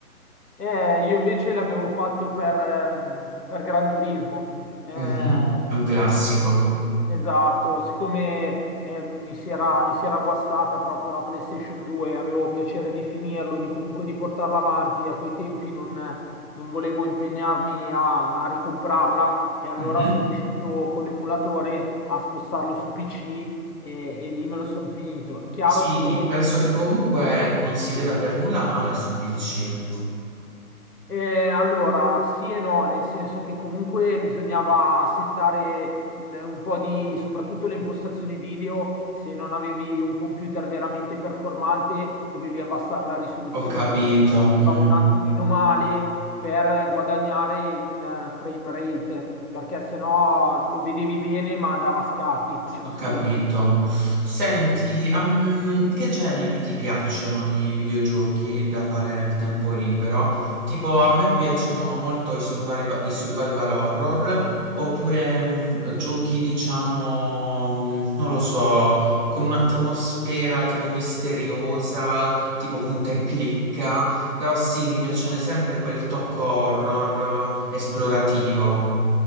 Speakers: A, on the left; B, on the right.
A: Eh, io invece l'avevo fatto per, ehm, per Gran Turismo. Eh,
B: Mhm, È un classico.
A: Esatto, siccome eh, mi si era, mi si era guastata proprio la PlayStation 2, avevo piacere di finirlo, di comunque di portarla avanti, a quei tempi non, non volevo impegnarmi a, a ricomprarla e allora
B: Mhm.
A: sono riuscito con l'emulatore a spostarlo su PC e, e lì me lo sono finito. È chiaro
B: Sì,
A: che
B: penso che comunque non si veda per nulla male sul PC.
A: Eh, allora, sì e no, nel senso che comunque bisognava settare il- un po' di, soprattutto le impostazioni video, se non avevi un computer veramente performante, dovevi abbassare la risoluzione.
B: Ho capito.
A: Era
B: mm.
A: un attimino male per guadagnare in eh, frame rate, perché sennò lo vedevi bene ma andava a scatti, faceva
B: Ho
A: schifo.
B: capito. Senti, ehm, che generi ti piacciono di videogiochi da fare nel tempo libero? Tipo, a me piacciono molto i survival, i survival horror, oppure mm, giochi, diciamo, mm, non lo so, con un'atmosfera tipo misteriosa, tipo punta e clicca, però sì, mi piace sempre quel tocco horror eh, esplorativo.